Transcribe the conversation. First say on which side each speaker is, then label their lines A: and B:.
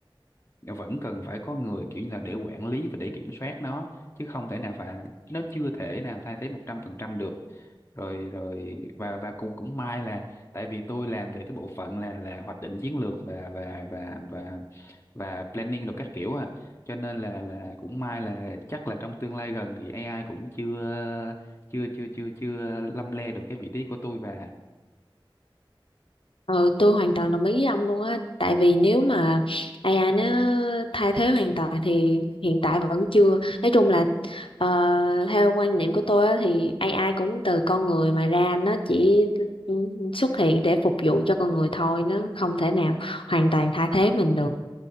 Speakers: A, on the left; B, on the left.
A: ừm, vẫn cần phải có người kiểu như là để quản lý và để kiểm soát nó chứ không thể nào phải nó chưa thể nào thay thế một trăm phần trăm được rồi rồi và và cũng cũng may là tại vì tôi làm về cái bộ phận là là hoạch định chiến lược và và và và và planning đồ các kiểu à cho nên là là cũng may là chắc là trong tương lai gần thì AI cũng chưa chưa chưa chưa chưa lăm le được cái vị trí của tôi và
B: Ừ, tôi hoàn toàn đồng ý với ông luôn á tại vì nếu mà AI nó thay thế hoàn toàn thì hiện tại vẫn chưa nói chung là ờ, theo quan niệm của tôi á, thì AI cũng từ con người mà ra nó chỉ xuất hiện để phục vụ cho con người thôi nó không thể nào hoàn toàn thay thế mình được